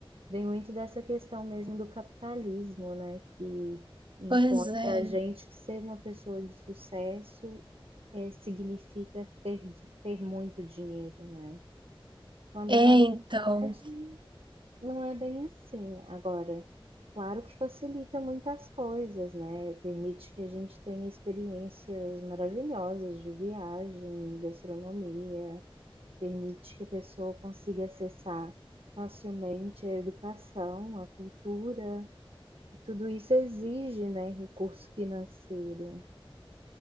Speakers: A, on the right; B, on the right.
A: vem muito dessa questão mesmo do capitalismo, né, que impõe
B: pois é.
A: para a gente que ser uma pessoa de sucesso eh, significa ter, di- ter muito dinheiro, né? Quando
B: É, então.
A: na verdade Não é bem assim. Agora, claro que facilita muitas coisas, né, permite que a gente tenha experiências maravilhosas de viagem, gastronomia, permite que a pessoa consiga acessar facilmente a educação, a cultura, e tudo isso exige, né, recurso financeiro.